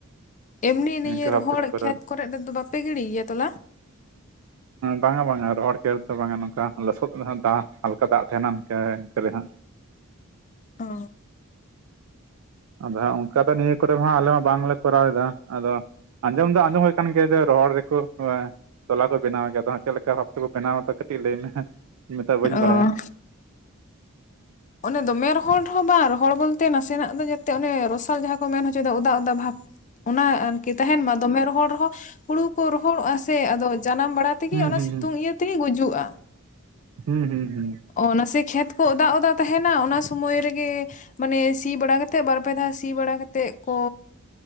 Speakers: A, on the left; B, on the right.
A: ᱮᱢᱱᱤ ᱱᱤᱭᱟᱹ
B: ᱤᱱᱠᱟᱹ ᱵᱷᱟᱵ
A: ᱨᱚᱦᱚᱲ
B: ᱛᱮᱠᱚ ᱠᱚᱨᱟᱣ
A: ᱠᱷᱮᱛ ᱠᱚᱨᱮ ᱫᱚ ᱵᱟᱯᱮ ᱜᱤᱲᱤᱭ ᱜᱮᱭᱟ ᱛᱚᱞᱟ?
B: ᱵᱟᱝᱟ ᱵᱟᱝᱟ ᱨᱚᱦᱚᱲ ᱠᱷᱮᱛ ᱨᱮᱫᱚ ᱵᱟᱝᱟ ᱱᱚᱝᱠᱟ ᱞᱚᱥᱚᱫ ᱞᱟᱦᱟ ᱫᱟ, ᱦᱟᱞᱠᱟ ᱫᱟᱜ ᱛᱟᱦᱮᱱᱟ ᱤᱱᱠᱟᱹ ᱤᱱᱠᱟᱹᱞᱮ ᱦᱟᱸᱜ <inaudible>
A: ᱚ
B: ᱟᱫᱚ ᱦᱟᱸᱜ ᱚᱱᱠᱟ ᱫᱚ ᱱᱤᱭᱟᱹ ᱠᱚᱨᱮ ᱦᱟᱸᱜ ᱟᱞᱮ ᱢᱟ ᱵᱟᱝᱞᱮ ᱠᱚᱨᱟᱣᱮᱫᱟ ᱟᱫᱚ ᱟᱸᱡᱚᱢ ᱫᱚ ᱟᱸᱡᱚᱢ ᱦᱩᱭ ᱠᱟᱱ ᱜᱮᱭᱟ ᱡᱮ ᱨᱚᱦᱚᱲ ᱨᱮᱠᱚ ᱦᱳᱭ ᱛᱚᱞᱟ ᱠᱚ ᱵᱮᱱᱟᱣ ᱜᱮᱭᱟ ᱟᱫᱚ ᱦᱟᱸᱜ ᱪᱮᱫ ᱞᱮᱠᱟ ᱵᱷᱟᱵ ᱛᱮᱠᱚ ᱵᱮᱱᱟᱣ ᱫᱚ ᱠᱟᱹᱴᱤᱡ ᱞᱟᱹᱭᱢᱮ ᱦᱮᱸ ᱤᱧᱢᱟᱛᱚ ᱵᱟᱹᱧ
A: ᱚ
B: ᱵᱟᱲᱟᱭᱟ
A: ᱚᱱᱮ ᱫᱚᱢᱮ ᱨᱚᱦᱚᱲ ᱨᱮᱦᱚᱸ ᱵᱟᱝ, ᱨᱚᱦᱚᱲ ᱵᱚᱞᱛᱮ ᱱᱟᱥᱮᱱᱟᱜ ᱫᱚ ᱡᱟᱛᱮ ᱚᱱᱮ ᱨᱚᱥᱟᱞ ᱡᱟᱦᱟᱸ ᱠᱚ ᱢᱮᱱ ᱦᱚᱪᱚᱭᱫᱟ ᱚᱫᱟ ᱚᱫᱟ ᱵᱷᱟᱵᱽ ᱚᱱᱟ ᱮᱱ ᱠᱤ ᱛᱟᱦᱮᱱ ᱢᱟ ᱫᱚᱢᱮ ᱨᱚᱦᱚᱲ ᱨᱮᱦᱚᱸ ᱦᱩᱲᱩ ᱠᱚ ᱨᱚᱦᱚᱲᱚᱜᱼᱟ ᱥᱮ ᱟᱫᱚ ᱡᱟᱱᱟᱢ ᱵᱟᱲᱟ ᱛᱮᱜᱮ
B: ᱦᱮᱸ
A: ᱚᱱᱟ
B: ᱦᱩᱸ ᱦᱩᱸ
A: ᱥᱤᱛᱩᱝ ᱤᱭᱟᱹᱼᱼ ᱛᱮᱜᱮ ᱜᱩᱡᱩᱜᱼᱟ
B: ᱦᱩᱸ ᱦᱩᱸ ᱦᱩᱸ
A: ᱚ, ᱚᱱᱟ ᱥᱤ ᱠᱷᱮᱛ ᱠᱚ ᱚᱫᱟ ᱚᱫᱟᱼᱼ ᱛᱟᱦᱮᱱᱟ ᱚᱱᱟ ᱥᱚᱢᱚᱭ ᱨᱮᱜᱮ ᱢᱟᱱᱮ ᱥᱤ ᱵᱟᱲᱟ ᱠᱟᱛᱮᱫ ᱵᱟᱨᱯᱮ ᱫᱷᱟᱣ ᱥᱤ ᱵᱟᱲᱟ ᱠᱟᱛᱮᱫ ᱠᱚᱼᱼ